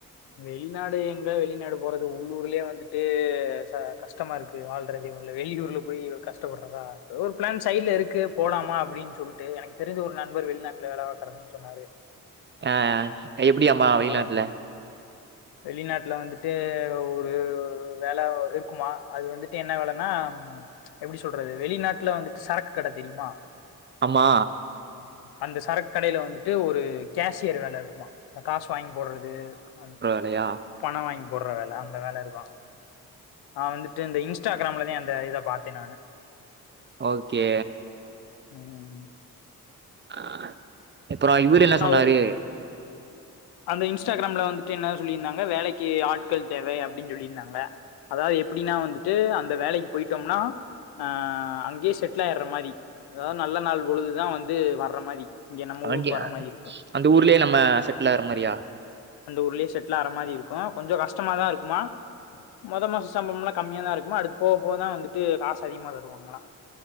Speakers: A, on the left; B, on the right.
A: வெளிநாடு எங்க வெளிநாடு போறது உள்ளூர்லயே வந்துட்டு ச கஷ்டமா இருக்கு இது வாழ்றது வெளியூர்ல போய் கஷ்டப்பறதா ஒரு பிளான் சைட்ல இருக்கு போலாமா அப்படின்னு சொல்லிட்டு எனக் தெரிஞ்ச ஒரு நண்பர் வெளிநாட்டுல வேல பாக்குறன் சொன்னாரு
B: ஆ எப்படியம்மா வெளிநாட்டுல
A: அவ வெளிநாட்டுல வந்துட்டு ஒரு வேல இருக்குமா அது வந்துட்டு என்ன வேலன்னா எப்படி சொல்றது வெளிநாட்டுல வந்துட்டு சரக்கு கடை தெரியுமா
B: ஆமா
A: அந்த சரக் கடையில வந்துட்டு ஒரு கேசியர் வேல இருக்குமா அ காசு வாங்கி போடுறது அந்
B: இல்லையா
A: பண வாங்கி போடுற வேல அந்த வேல இருக்கு அவ வந்துட்டு இந்த இன்ஸ்டாகிராம்லதா இத இத பாத்தே நானு
B: ஓகே
A: ம் ம்
B: ஆ இப்பறோ இவரு என்ன சொன்னாரு
A: அவ அந்த இன்ஸ்டாகிராம்ல வந்துட்டு என்னா சொல்லியிருந்தாங்க வேலைக்கு ஆட்கள் தேவை அப்டின்னு சொல்லியிருந்தாங்க அதாது எப்டினா வந்துட்டு அந்த வேலைக்கு போயிட்டோம்னா அ அங்கியே செட்டிலாயர்ற மாரி அதாவது நல்ல நாள் பொழுதுதா வந்து வர்ற மாரி இங்க நம்ம
B: அங்கய
A: ஊருக்கு வர மாரி இருக்கு
B: அந்த ஊர்லியே நம்ம செட்லாகற மாரியா
A: அந்த ஊர்லியே செட்டிலாற மாரி இருக்கு கொஞ்ச கஷ்டமாதா இருக்குமா மொத மாச சம்பம்லா கம்மியாதா இருக்குமா அடுத் போவ போதா வந்துட்டு காசு அதிகமா தருவாங்ளா